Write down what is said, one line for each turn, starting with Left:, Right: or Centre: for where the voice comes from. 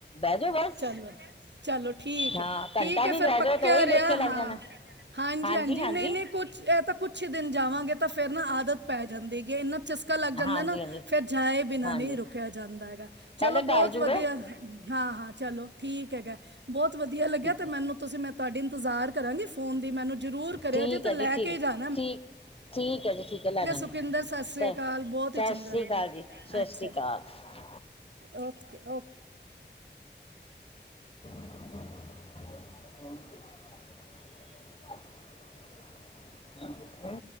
Left: ਬਹਿਜੋ ਬਸ।
Right: ਚਲੋ ਚਲੋ ਠੀਕ
Left: ਹਾਂ
Right: ਏ,
Left: ਘੰਟਾ
Right: ਠੀਕ ਏ
Left: ਵੀ
Right: ਫਿਰ
Left: ਬਹਿ
Right: ਪੱਕਾ
Left: ਜਾਓ ਤਾਂ ਉਹੀ
Right: ਰਿਹਾ,
Left: ਲੇਖੇ ਲੱਗ
Right: ਹਾਂ,
Left: ਜਾਣਾ
Right: ਹਾਂਜੀ-ਹਾਂਜੀ,
Left: ਹਾਂਜੀ ਹਾਂਜੀ
Right: ਨਹੀਂ-ਨਹੀਂ ਕੁਛ ਇਹ ਤਾਂ ਕੁਛ ਈ ਦਿਨ ਜਾਵਾਂਗੇ ਤਾਂ ਫਿਰ ਨਾ ਆਦਤ ਪੈ ਜਾਂਦੀ, ਗੇ ਨਾਂ ਚਸਕਾ ਲੱਗ ਜਾਂਦਾ
Left: ਹਾਂਜੀ
Right: ਨਾ, ਫਿਰ ਜਾਏ ਬਿਨਾਂ
Left: ਹਾਂਜੀ
Right: ਨਹੀਂ
Left: ਹਾਂਜੀ
Right: ਰੁਕਿਆ ਜਾਂਦਾ ਹੈਗਾ, ਚਲੋ
Left: ਪਹਿਲੇ ਘਰ
Right: ਬਹੁਤ
Left: ਜੁੜੋ
Right: ਵਧੀਆ। ਹਾਂ-ਹਾਂ, ਚਲੋ, ਠੀਕ ਹੈਗਾ। ਬਹੁਤ ਵਧੀਆ ਲੱਗਿਆ,
Left: ਠੀਕ
Right: ਤੇ
Left: ਹੈ
Right: ਮੈਨੂੰ ਤੁਸੀਂ ਮੈਂ ਤੁਹਾਡੀ ਇੰਤਜ਼ਾਰ ਕਰਾਂਗੀ ਫੋਨ ਦੀ, ਮੈਨੂੰ ਜ਼ਰੂਰ ਕਰਿਓ
Left: ਠੀਕ
Right: ਜੇ ਤਾਂ
Left: ਹੈ
Right: ਲੈਕੇ
Left: ਜੀ ਠੀਕ
Right: ਜਾ
Left: ਹੈ ਠੀਕ, ਠੀਕ ਹੈ ਜੀ ਠੀਕ ਹੈ, ਲੈਜਾਂਗੇ,
Right: ਸੁਖਿੰਦਰ ਸਤਿ ਸ੍ਰੀ
Left: ਸ
Right: ਅਕਾਲ ਬਹੁਤ
Left: ਸਤਿ
Right: ਹੀ ਚੰਗਾ
Left: ਸ਼੍ਰੀ
Right: ਲੱਗਿਆ
Left: ਅਕਾਲ ਜੀ, ਸਤਿ
Right: ਅੱਛਾ
Left: ਸ਼੍ਰੀ ਅਕਾਲ।
Right: ਜੀ
Left: ਆਹ
Right: ਓਕੇ, ਓਕੇ
Left: <inaudible> ਮੈਮ ਉਠੇ?